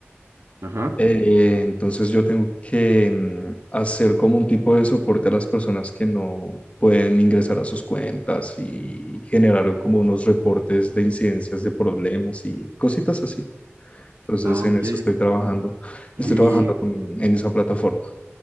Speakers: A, on the right; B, on the left.
A: Ajá.
B: Eh, entonces yo tengo que mm, hacer como un tipo de soporte a las personas que no pueden ingresar a sus cuentas y generar como unos reportes de incidencias de problemas y cositas así. Entonces,
A: Ah,
B: en
A: ok.
B: eso estoy trabajando.
A: Y,
B: Estoy trabajando con- en esa plataforma.